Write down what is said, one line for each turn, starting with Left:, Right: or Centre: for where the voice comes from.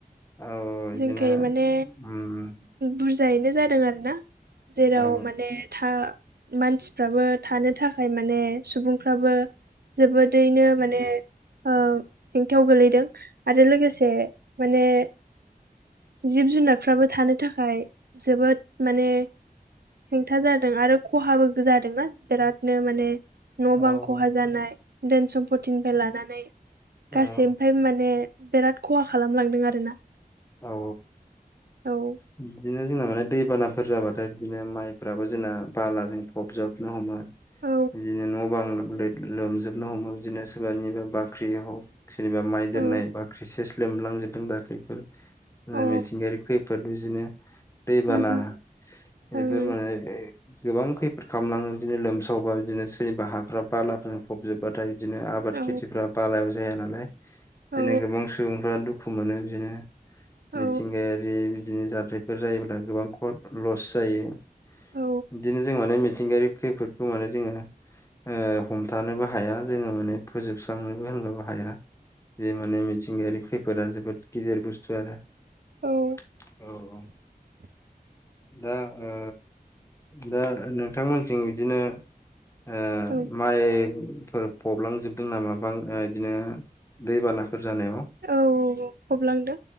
Left: औ बिदिनो
Right: जोंखोय माने
Left: उम
Right: बुरजायैनो जादों आरोना जेराव
Left: औ
Right: माने था मानसिफ्राबो थानो थाखाय माने सुबुंफ्राबो जोबोदैनो माने ओ हेंथाव गोलैदों आरो लोगोसे माने जिब जुनारफ्राबो थानो थाखाय जोबोद माने हेंथा जादों आरो खहाबो जादोंना बिरादनो माने। न' बां
Left: औ
Right: खहा जानाय धोन सम्फतिनिफ्राय लानानै।
Left: औ
Right: गासै ओमफ्राय माने बिराद खहा खालामलांदों आरोना।
Left: औ
Right: औ
Left: बिदिनो जोंना माने दैबानाफोर जाबाथाय बिदिनो माइफ्राबो जोंना बालाजों फबजबनो हमो।
Right: औ
Left: बिदिनो न' बां लोमजोबनो हमो बिदिनो सोरबानिबा बाख्रि हक सोरनिबा माइ
Right: औ
Left: दोन्नाय बाख्रिसेस लोमलांजोबदों दाख्लैफोर
Right: औ
Left: मिथिंगायारि खैफो बेफोर बिदिनो दैबाना
Right: ओम ओम
Left: बेफोर माने गोबां खैफोद खालामलाङो बिदिनो लोमसावबा बिदिनो सोरनिबा हाफ बालाफोरजों फबजोबबा नाथाय बिदिनो आबाद
Right: ओं
Left: खेथिफ्रा बालायाबो जाया नालाय बिदिनो
Right: औ
Left: गोबां सुबुंफ्रा दुखु खु मोनो बिदिनो।
Right: औ
Left: मिथिंगायारि बिदिनो जाथायफोर जायोब्ला गोबां लस जायो।
Right: औ
Left: बिदिनो जों माने मिथिंगायारि खैफोदखौ माने जोङो ओ हमथानोबो हाया जोङो माने फोजोबस्रांनोबो होनबाबो हाया। बे माने मिथिंगायारि खैफोा जोफोर गिदिर बुस्थु आरो। <inaudible>
Right: औ
Left: औ <inaudible> दा ओ दा नोंथांमोनजों बिदिनो ओ
Right: औ
Left: माइ फोर फबलांजोबदों नामा बां ओ इदिनो दैबानाफोर जानायाव?
Right: औ औ फबलांदों